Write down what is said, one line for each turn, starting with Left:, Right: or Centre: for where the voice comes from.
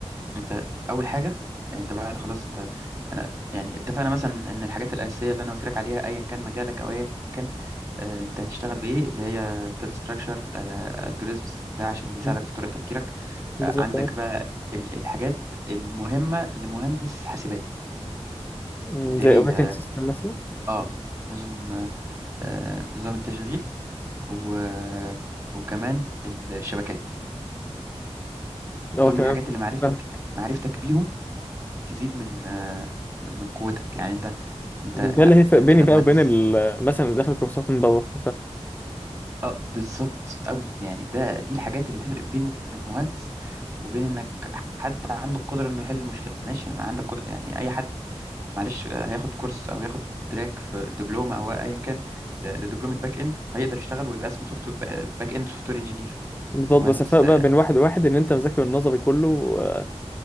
Right: انت اول حاجة يعني انت بعد خلاص انت انا يعني اتفقنا مثلا ان الحاجات الاساسيه اللي انا قلت لك عليها ايا كان مجالك او ايا كان آه، انت هتشتغل بايه اللي هي داتا ستراكشر الجوريزمز ده عشان بيساعدك
Left: مم،
Right: في طريقه تفكيرك
Left: بالظبط
Right: آه، عندك
Left: ايه
Right: بقى ال- الحاجات المهمه لمهندس حاسبات
Left: مم،
Right: اللي
Left: زي
Right: هي
Left: اوبريتنج سيستم مثلا
Right: اه نظم آه نظام التشغيل و... وكمان الشبكات
Left: اه
Right: دول
Left: تمام
Right: من الحاجات اللي معرفتك
Left: فاهم.
Right: معرفتك بيهم تزيد من آه من قوتك يعني انت انت
Left: ده
Right: لا
Left: اللي هيفرق
Right: انت كده
Left: بيني بقى
Right: مهندس
Left: وبين ال- مثلا اللي داخل كورسات من بابا
Right: اه بالظبط قوي يعني ده دي الحاجات اللي تفرق بين انك مهندس وبين انك حد عنده القدره انه يحل المشكله ماشي ما عندك قدرة يعني اي حد معلش آه، هياخد كورس او ياخد تراك في دبلومه او ايا كان آه، لدبلومه باك اند هيقدر يشتغل ويبقى اسمه سوفت باك اند سوفت وير انجينير
Left: بالظبط
Right: مهندس
Left: بس الفرق بقى بين واحد وواحد ان انت مذاكر النظري كله آه،